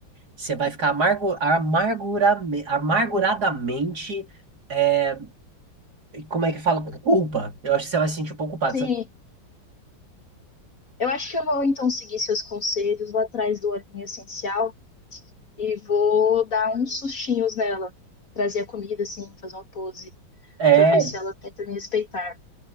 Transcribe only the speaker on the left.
Sim,
eu acho que eu vou então seguir seus conselhos, vou atrás do olhinho essencial e vou dar uns sustinhos nela. Trazer a comida, assim, fazer uma pose
pra ver se ela tenta me respeitar.